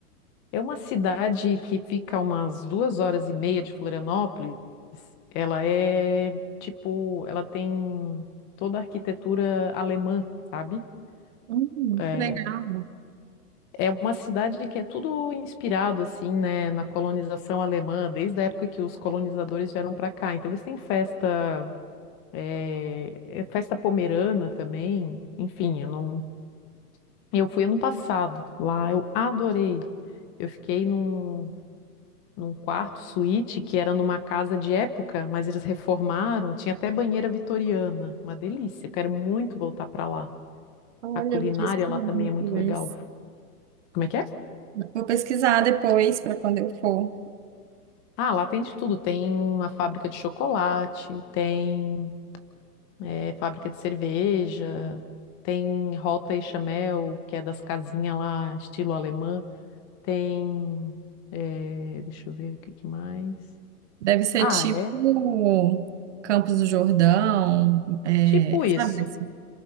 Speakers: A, on the left; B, on the right.
A: É uma cidade que fica umas duas horas e meia de Florianópolis. Ela é tipo, ela tem toda a arquitetura alemã, sabe?
B: Hum,
A: É,
B: que legal.
A: é uma cidade que é tudo inspirado assim, né, na colonização alemã, desde a época que os colonizadores vieram para cá. Então eles têm festa, é, é festa pomerana também. Enfim, eu não, eu fui ano passado lá, eu adorei. Eu fiquei num num quarto suíte que era numa casa de época, mas eles reformaram, tinha até banheira vitoriana, uma delícia. Eu quero muito voltar para lá.
B: Olha,
A: A culinária
B: eu vou pesquisar
A: lá também
B: depois.
A: é muito legal. Como é que é?
B: Vou pesquisar depois para quando eu for.
A: Ah, lá tem de tudo. Tem uma fábrica de chocolate, tem eh, fábrica de cerveja, tem Rota e Chamel, que é das casinhas lá, estilo alemã. Tem, eh, deixa eu ver o que que mais.
B: Deve ser
A: Ah,
B: tipo
A: é
B: Campos do Jordão, é,
A: tipo
B: sabe?
A: isso.
B: assim?